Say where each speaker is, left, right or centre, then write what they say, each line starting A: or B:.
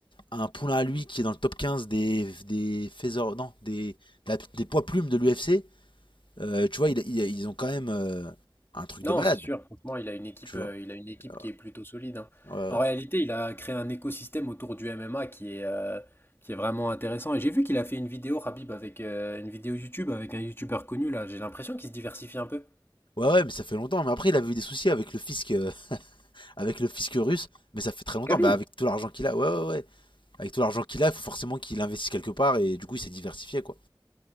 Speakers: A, on the left; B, on the left.
A: un poulain à lui qui est dans le top 15 des, des, faiseurs- non, des, de la- des poids plumes de l'UFC. Euh, tu vois, il- il- ils ont quand même euh, un truc
B: Non,
A: de malade,
B: c'est sûr. Franchement, il a une équipe,
A: tu vois.
B: euh, il a une équipe
A: Ouais,
B: qui est plutôt solide. hein.
A: ouais.
B: En réalité, il a créé un écosystème autour du MMA qui est, euh, qui est vraiment intéressant. Et j'ai vu qu'il a fait une vidéo, Khabib, avec euh, une vidéo YouTube avec un YouTuber connu là. J'ai l'impression qu'il se diversifie un peu.
A: Ouais, ouais, ouais, mais ça fait longtemps. Mais après, il avait eu des soucis avec le fisc, euh, <laughs> avec le fisc russe. Mais ça fait très longtemps.
B: Khabib?
A: Bah, avec tout l'argent qu'il a, ouais, ouais, ouais. Avec tout l'argent qu'il a, il faut forcément qu'il investisse quelque part. Et du coup, il s'est diversifié, quoi.